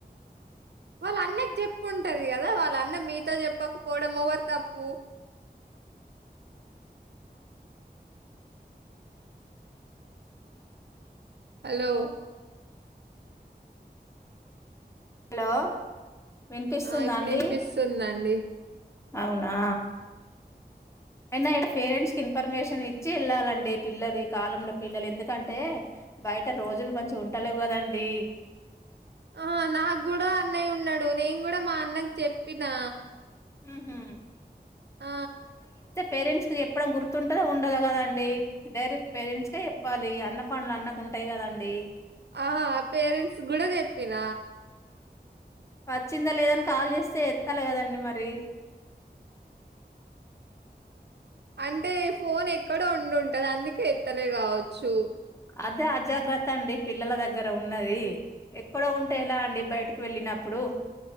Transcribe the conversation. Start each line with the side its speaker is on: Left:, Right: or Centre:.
Right: వాళ్ళ అన్నకి చెప్పు ఉంటది కదా వాళ్ళ అన్న మీతో చెప్పకపోవడం ఎవరు తప్పు
Left: అ
Right: హలో
Left: హలో వినిపిస్తుందా
Right: ఆ! ఇప్పుడు
Left: అండి
Right: ఇనిపిస్తుందండి.
Left: అవునా అయినా ఇక్కడ పేరెంట్స్ కి ఇన్ఫర్మేషన్ ఇచ్చి వెళ్ళాలండి పిల్లలు ఈ కాలంల పిల్లలు ఎందుకంటే బయట రోజులు మంచిగా ఉంటలేవు కదండి
Right: ఆహ నాకు కూడా అన్నయ్య ఉన్నాడు నేను కూడా మా అన్నకు చెప్పినా
Left: ఊహు
Right: ఆ
Left: పేరెంట్స్ కు చెప్పడం గుర్తుంటుందో ఉండదో కదా అండి డైరెక్ట్ పేరంట్స్ కే చెప్పాలి అన్న పనులు అన్నకు ఉంటయి కదండి.
Right: ఆ పేరెంట్స్ కూడా చెప్పిన
Left: వచ్చిందా లేదని కాల్ చేస్తే ఎత్తాల కదండి మరి
Right: అంటే ఫోన్ ఎక్కడో ఉండింటది అందుకే ఎత్తలే కావచ్చు.
Left: అదే అజాగ్రత్త అండి పిల్లల దగ్గర ఉన్నది ఎక్కడో ఉంటే ఎలా అండి బయటికి వెళ్ళినప్పుడు.